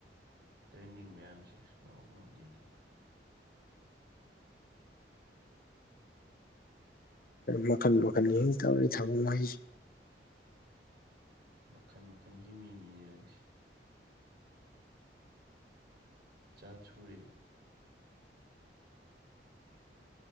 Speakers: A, on the right; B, on the left.
A: ꯇ꯭ꯔꯦꯟꯗꯤꯡ ꯃꯌꯥꯝꯁꯦ ꯑꯁ ꯉꯕꯨ ꯉꯥꯎꯖꯩꯗ
B: ꯃꯈꯟ ꯃꯈꯜ ꯇꯧꯔꯤ ꯊꯕꯛꯉꯩꯁꯤ
A: ꯃꯈꯜ ꯃꯈꯜꯒꯤ ꯃꯤꯅꯤꯅꯦ ꯅꯪꯁꯦ ꯖꯥꯠ ꯁꯨꯔꯦꯕ